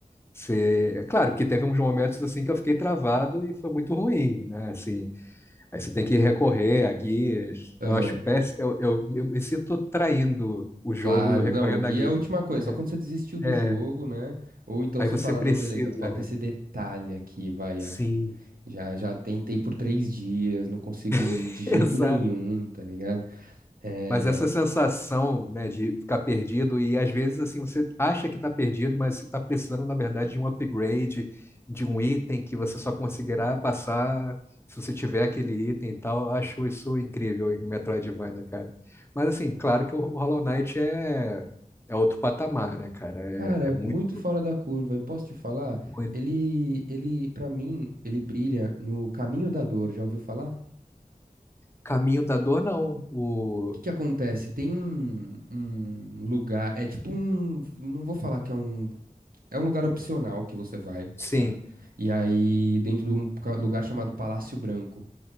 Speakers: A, on the left (about 15°); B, on the right (about 80°).
A: você... é Claro que teve uns momentos, assim, que eu fiquei travado e foi muito ruim, né, assim, aí você tem que recorrer a guias,
B: Aham.
A: eu acho péssimo, eu, eu, eu me sinto traindo o jogo
B: Claro,
A: recorrendo
B: não, o guia
A: a guias.
B: é a última coisa,
A: É,
B: só quando você desistiu do
A: é,
B: jogo, né? Ou então
A: aí
B: você
A: você
B: fala,
A: precisa,
B: não, beleza, falta
A: né?
B: esse detalhe aqui, vai,
A: Sim,
B: a- já, já tentei por três dias, não consigo n-
A: <laughs>
B: de jeito
A: exato.
B: nenhum, tá ligado? É,
A: Mas essa sensação, né, de ficar perdido e às vezes assim você acha que está perdido, mas você está precisando na verdade de um upgrade, de um item que você só conseguirá passar se você tiver aquele item e tal. Eu Acho isso incrível em Metroidvania, cara. Mas assim, claro que o Hollow Knight é é outro patamar, né, cara?
B: cara,
A: É, é muito,
B: muito fora da curva, e posso te falar,
A: muito.
B: ele, ele, para mim, ele brilha no caminho da dor, já ouviu falar?
A: Caminho da Dor, não. O
B: O que que acontece? Tem um, um lugar, é tipo um, não vou falar que é um É um lugar opcional que você vai,
A: sim,
B: tá? E aí, dentro de um ca- lugar chamado Palácio Branco